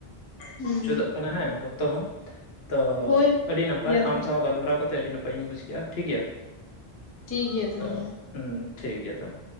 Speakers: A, on the left; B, on the left.
A: ᱴᱟᱭᱤᱢ
B: ᱦᱩᱸ
A: ᱢᱩᱪᱟᱹᱫᱚᱜ ᱠᱟᱱᱟ ᱦᱮᱸ ᱚᱠᱛᱚ ᱦᱚᱸ ᱛᱚ
B: ᱦᱳᱭ
A: ᱟᱹᱰᱤ ᱱᱟᱯᱟᱭ
B: ᱜᱮᱭᱟ
A: ᱟᱢ ᱥᱟᱶ ᱜᱟᱞᱢᱟᱨᱟᱣ ᱠᱟ ᱠᱟᱛᱮᱮᱫ ᱟᱹᱰᱤ ᱱᱟᱯᱟᱭᱤᱧ ᱵᱩᱡᱽ ᱠᱮᱫᱼᱟ ᱴᱷᱤᱠ ᱜᱮᱭᱟ᱾
B: ᱴᱷᱤᱠ ᱜᱮᱭᱟ ᱛᱟᱦᱚᱞᱮ
A: ᱛᱚ
B: ᱢᱟ
A: ᱴᱷᱤᱠ ᱜᱮᱭᱟ ᱛᱟᱦᱚᱞᱮ